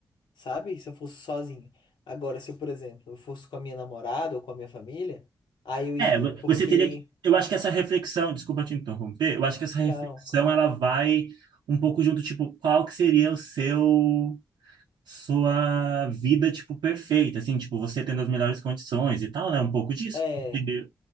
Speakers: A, on the left; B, on the right.
A: sabe? Se eu fosse sozinho. Agora, se eu, por exemplo, eu fosse com a minha namorada ou com a minha família, aí eu iria,
B: É, vo-
A: porque
B: você teria que, eu acho que essa reflexão, desculpa te interromper, eu acho que essa
A: não,
B: reflexão
A: claro.
B: ela vai um pouco junto, tipo, qual que seria o seu sua vida, tipo, perfeita, assim, tipo, você tendo as melhores condições e tal, né? Um pouco disso.
A: É,
B: E,